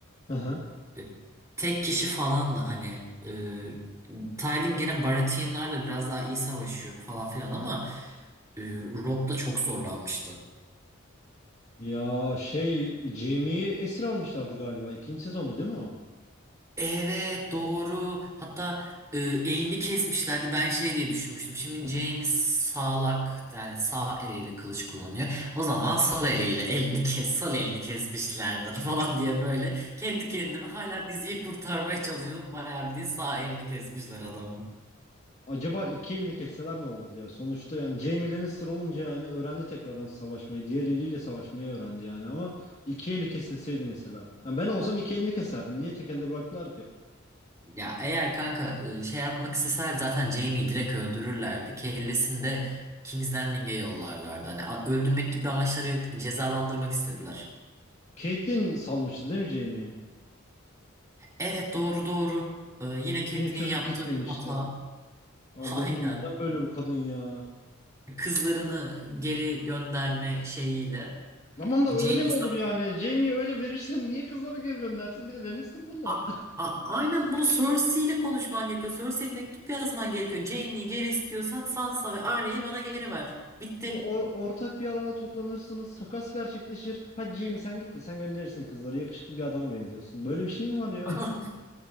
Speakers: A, on the left (about 35°); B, on the right (about 15°).
A: Hı hı.
B: E, Tek kişi falan da hani e, Tywin gene Baratheon'larla biraz daha iyi savaşıyor falan filan ama e, Rob da çok zorlanmıştı.
A: Ya şey Jaime'yi esir almışlardı galiba. İkinci sezondu değil mi o?
B: Evet doğru. Hatta e, elini kesmişlerdi. Ben şey diye düşünmüştüm. Şimdi James sağlak yani sağ eliyle kılıç kullanıyor. O zaman sol eliyle elini kes, sol elini kesmişlerdir <laughs> falan diye böyle kendi kendime hala diziyi kurtarmaya çalışıyordum. Bayağı bildiğin sağ elini kesmişler adamın.
A: Acaba iki elini kesseler ne olur diye. Sonuçta yani Jaime Lannister olunca yani öğrendi tekrardan savaşmayı. Diğer eliyle savaşmayı öğrendi yani ama iki eli kesilseydi mesela. Ya ben olsam iki elini keserdim. Niye tek elde bıraktılar ki?
B: Ya eğer kanka e, şey yapmak isteseler zaten Jaime'yi direkt öldürürlerdi. Kellesini de King's Landing'e yollarlardı. Hani a- öldürmek gibi bir amaçları yoktu ki cezalandırmak istediler.
A: Caitlyn salmıştı değil mi Jaime'yi?
B: Evet doğru doğru. Ee, yine
A: İpini
B: Catelyn'in
A: çözüp
B: yaptığı
A: git demişti.
B: bir hata. <laughs>
A: Allah'ım
B: Aynen.
A: neden böyle bu kadın ya?
B: Kızlarını geri gönderme şeyiyle.
A: Tamam da öyle
B: Jamie
A: mi olur yani? Jaime'yi öyle verirsen niye kızlara geri göndersin? Bir de Lannister bunlar.
B: A- a- aynen bunu Cersei ile konuşman gerekiyor. Cersei'ye mektup yazman gerekiyor. Jaime'yi geri istiyorsan Sansa ve Arya'yı bana geri ver. Bitti.
A: Bu or- ortak bir alana toplanırsınız. Takas gerçekleşir. Hadi Jamie sen git de sen gönderirsin kızları. Yakışıklı bir adama benziyorsun. Böyle bir şey mi var ya?
B: <laughs>